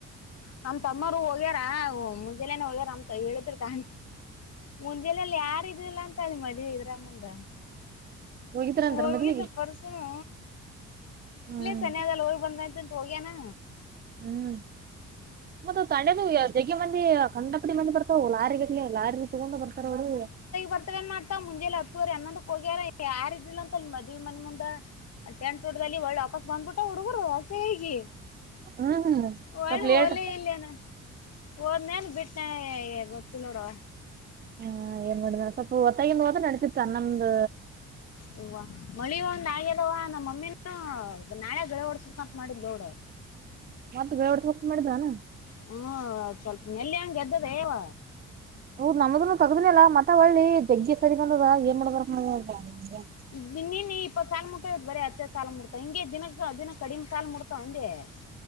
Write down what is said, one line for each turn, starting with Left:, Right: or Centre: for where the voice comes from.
Left: ನಮ್ ತಮ್ಮರು ಹೋಗ್ಯಾರ ಮುಂಜೆಾನೆನೆ ಹೋಗ್ಯಾರ ಅಮಂತ ಹೇಳಿದ್ರರು ತ ಮುಂಜೆಲೆಯಲ್ಲಿ ಯಾರ ಇದಿಲ್ಲ ಅಂತಳಿ ಮದ್ೆ ಇದ್ರ ಮುಂದ
Right: ಹೋಗಿದ್ರಂತಾರ
Left: ಹೋಗಿದ್ದ
Right: ಮದ್ವಿಗೆ
Left: ಪರ್ಸನು
Right: ಹ್ಮ್
Left: ಇಲ್ಲೇ ಸನ್ಯಾದಲ್ಲಿ ಹೋಗ ಬಂದಂತಂತ ಹೋಗ್ಯನಾ
Right: ಹ್ಮ್ ಮತ್ತ ತಣೆದು ಜಗ್ಗೆ ಮಂದಿ ಕಂಡಪಡಿ ಮಂದಿ ಬರ್ತಾವ ಲಾರಿಿಗೆಗ್ಲಿ ಲಾರಿಲಿ ತಗೊಂಡ್ ಬರ್ತಾರ ಅವರು
Left: ಬರ್ತವೇನ್ ಮಾಡ್ತಾ ಮುಂಜೆ ಹತ್ತು ಹೋಗ್ಯಾರ ಯಾರ ಇದಿಲ್ಲ ಅಂತ ಅಲ್ಲಿ ಮದ್ವಿ ಮನೆ ಮುಂದ ಅಟ್ಟೆ ಚೋಲ್ಲಿ ಒಳ್ಳೆ ವಾಪಸ್ ಬಂದ್ಬಿಟ್ಟ ಹುಡುಗರು ಪೆಗಿ
Right: ಹ್ಮ್
Left: ಹೊಳಿ
Right: ಸ್ವಲ್ಪ ಲೇಟ್
Left: ಹೋಗೆ ಎಲ್ಲಾ ಇಲ್ಲೇನ ಹಓದ್ನೇನ್ ಬಿಟ್ಟನೆ ಗೊತ್ತಿಲ್ಲ ನೋಡುವ
Right: ಹಾ ಏನ್ ಮಾಡಿದನ ಸ್ವಲ್ಪ ಹೊತ್ತಗಂದು ಹತ ನಡೆಸಿತ್ತ ನಮ್ದ್
Left: ಹವಾ ಮಳಿ ಒಂದ ಆಗ್ಯದವಾ ನಮ್ಮ ಮಮ್ಮಿಿನ ನಾಳೆ ಓಡ್ಸ ಕಕ್ ಮಾಡಿದ್ದಿಲ್ಲ ನೋಡಡೆ
Right: ಮತ್ತವಡ ಹೋಗ ಮಾಡ್ದಾನ
Left: ಹ್ಮ ಅ ಸ್ವಲ್ಪ ನೆಲ್ಲಿ ಹಂಗೆ ಎದ್ದದವ
Right: ಹೌದ ನಮ್ದನು ತಗ್ದನಲ್ಲಾ ಮತ್ತ ಒಳ್ಳಿ ಜಗ್ಗಿ ಸದಿ ಬಂದದ ಏನ್ ಮಾಡ್ಬೇಕಾರ ಮ
Left: ನೀನು ಇಪ್ಪತ್ತು ಸಾಲು ಮುಟ್ಟ್ ಬರೀ ಹತ್ತೇ ಸಾಲು ಮುಡ್ತ ಹಿಂಗೆ ದಿನಕ್ಕೆ ದಿನಕ್ಕೆ ಕಡಿಮೆ ಸಾಾಲಲು ಮುಡ್ತಾವ ಅಂದೆ <inaudible>